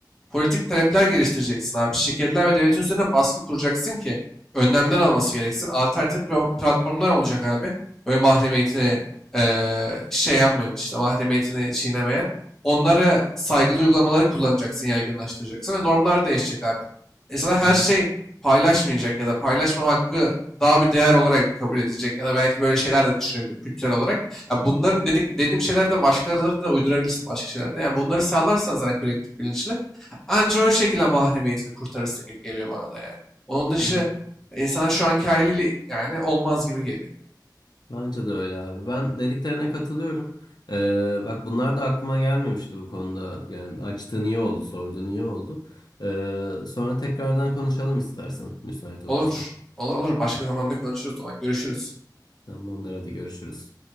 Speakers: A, in the centre; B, on the left.
A: Politik talepler geliştireceksin abi. Şirketler ve devletin üzerine baskı kuracaksın ki önlemler alması gereksin. Alternatif pro- platformlar olacak abi. Böyle mahremiyetine eee, şey yapmayan işte mahremiyetini çiğnemeyen. Onlara saygılı uygulamaları kullanacaksın, yaygınlaştıracaksın ve normlar değişecek abi. İnsanlar her
B: hı hı.
A: şey paylaşmayacak ya da paylaşmama hakkı daha bir değer olarak kabul edilecek ya da belki böyle şeyler de düşünebilir kültürel olarak. Ya bunların dedik, dediğim şeylerden başkaları da uydurabilirsin başka şeylerde. Yani bunları sağlarsan zaten kolektif bilinçle Anca o şekilde mahremiyetini kurtarırsın gibi geliyor bana da yani. Onun dışı
B: hı hı.
A: insanlar şu anki haliyle yani olmaz gibi geliyor.
B: Bence de öyle abi. Ben dediklerine katılıyorum. Ee, bak bunlar da aklıma gelmemişti bu konuda. Yani açtığın iyi oldu, sorduğun iyi oldu. Ee, sonra tekrardan konuşalım istersen, müsait olursan.
A: Olur. Olur olur. Başka zamanda konuşuruz o zaman. Görüşürüz.
B: Tamamdır, hadi görüşürüz.